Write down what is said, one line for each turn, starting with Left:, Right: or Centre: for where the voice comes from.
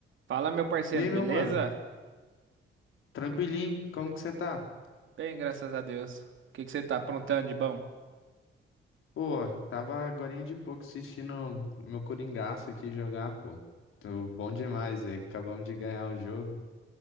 Right: Fala, meu parceiro,
Left: E aí,
Right: beleza?
Left: meu mano? Tranquilinho? Como que você tá?
Right: Bem, graças a Deus. O que que você tá aprontando de bom?
Left: Pô, tava agorinha de pouco assistindo meu Coringaço aqui jogar, pô. Tô bom demais, velho. Acabamos de ganhar o jogo.